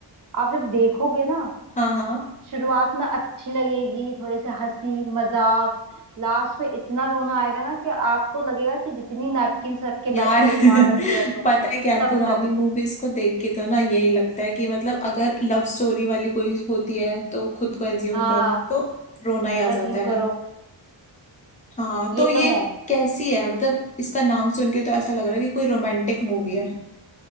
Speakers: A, on the right; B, on the left.
A: आप जब देखोगे ना
B: हाँ हाँ
A: शुरुआत में अच्छी लगेगी थोड़े से हंसी मजाक लास्ट में इतना रोना आएगा ना कि आपको लगेगा कि जितनी नैपकिन रख के
B: यार
A: बैठो
B: <laughs>
A: रुमाल रख के बैठो
B: पता है क्या
A: सब
B: पुरानी
A: कम है
B: मूवीज को देख के तो ना यही लगता है कि मतलब अगर लव स्टोरी वाली कोई होती है तो खुद को एज्यूम
A: हाँ
B: करो तो रोना ही आ
A: अज्यूम
B: जाता है
A: करो
B: हाँ
A: ये
B: तो ये
A: तो है
B: कैसी है मतलब इसका नाम सुन के तो ऐसा लग रहा है कि कोई रोमांटिक मूवी है